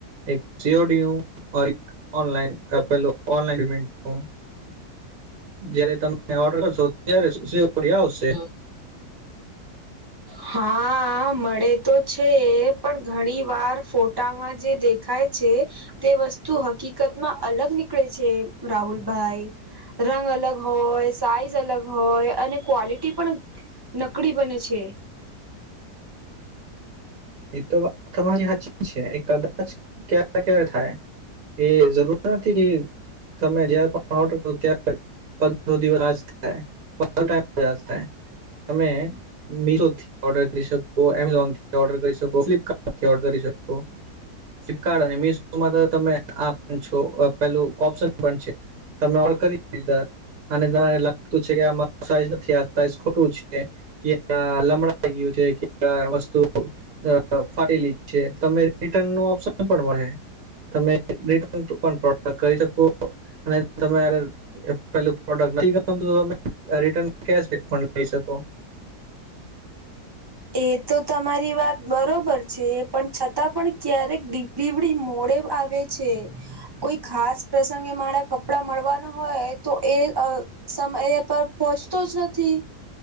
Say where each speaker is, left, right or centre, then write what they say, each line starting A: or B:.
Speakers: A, on the right; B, on the right.
A: એક સીઓડી નું ઓર એ કે -ઓનલાન પેલું ઓનલાઇન પેનેમેન્ટ નું જ્યારે તમે ઓર્ડર કરશો ત્યારે સીઓડી આવશે
B: હ <inaudible> હા આ મળે તો છે પણ ઘણી વાર ફોટામાં જે દેખા ખાય છે તે વસ્તુ હકીકત માં અલગ નીકળે છે રાહુલભાઈ રંગ અલગ હોય સાઈઝ અલગ હોય અને ક્વોલિટી પણ નકળી બને છે
A: એ તો વાત તમારી હાચી છે એ કદાચ ક્યારે ક્યારે થાય એ જરૂર નથી કે તમે જ્યારે પણ ઓર્ડર કરો ત્યારે પંદરો દિવસ <unintelligible> આ પંદ થાય તમે -મિશો થી ઓર્ડર કરી શકો એમેઝોન થી ઓર્ડર કરી શકો ફ્લિપ્ટકાટ થી ઓર્ડર કરી શકો ફ્લિપકાર્ટ અને મિશોમાં તો તમે આ પણ છો પેલું ઓપ્શન પણ છે તમે ઓર્ડર કરી દીધા અને તને લાગતું છે કે આર સાઈઝ નથી આ સાઈ ખોટું છે કે આ લમડા ગયું છે કે વસ્તુ અ ફાટેલી છે તમે રિટર્ન નો ઓપ્શન પણ હોય હે તમે રિટન પણ પ્રોડક્ટ કરી શકો અને તમે આગર પેલું પ્રોડક્ટ નથી ગ મ તો તમે રિટર્ન કેશ પણ લઈ શકો
B: એ તો તમારી વાત બરોબર છે પણ છતાં પણ ક્યારેક દિ ડિવડી મોડે આવે છે કોઈ ખાસ પ્રસંગે મારા કપડા મળવાના હોય તો એ અ સમય પર પહોંચતો જ નથી